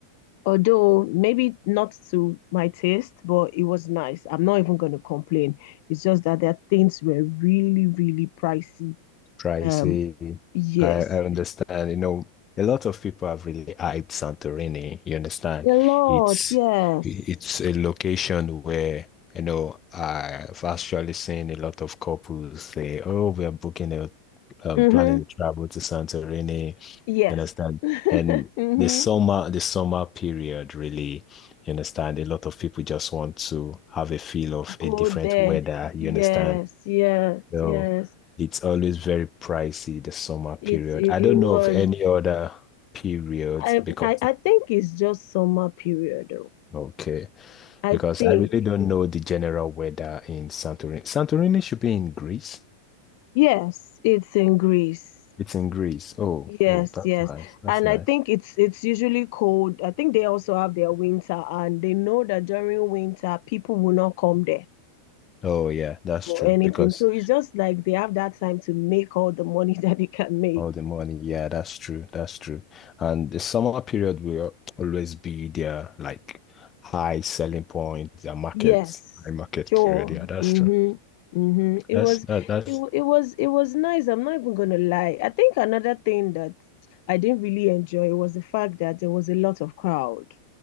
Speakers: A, on the left; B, on the left.
A: Although maybe not to my taste, but it was nice. I'm not even going to complain. It's just that their things were really, really pricey.
B: Pricey.
A: Um, yes,
B: I, I understand. You know, a lot of people have really hyped Santorini. You understand?
A: a lot.
B: It's
A: Yes.
B: it's a location where, you know, I've actually seen a lot of couples say, "Oh, we are booking a um,
A: Mm-hmm.
B: planning to travel to Santorini,
A: Yes.
B: you understand?
A: <laughs>
B: And
A: Mm-hmm.
B: the summer, the summer period really, you understand? A lot of people just want to have a feel of
A: Go
B: a different
A: there.
B: weather, you
A: Yes,
B: understand?
A: yes,
B: So
A: yes.
B: it's always very pricey, the summer period.
A: It's it,
B: I
A: it
B: don't
A: was
B: know of any other periods
A: I,
B: because
A: I I think it's just summer period though.
B: okay,
A: I
B: because
A: think
B: I really don't know the general weather in Santorini. Santorini should be in Greece.
A: yes, it's in Greece.
B: It's in Greece. Oh,
A: Yes,
B: oh, that's
A: yes.
B: nice. That's
A: And
B: nice.
A: I think it's it's usually cold. I think they also have their winter and they know that during winter people will not come there
B: Oh yeah, that's
A: for
B: true.
A: anything.
B: Because
A: So it's just like they have that time to make all the money <laughs> that they can make.
B: All the money. Yeah, that's true. That's true. And the summer period will always be their like high selling point, their markets,
A: Yes,
B: high market
A: sure.
B: period. Yeah, that's
A: Mm-hmm.
B: true.
A: Mm-hmm. It
B: That's
A: was
B: that Yeah. that's
A: it, wa- it was it was nice. I'm not even gonna lie. I think another thing that I didn't really enjoy was the fact that there was a lot of crowd.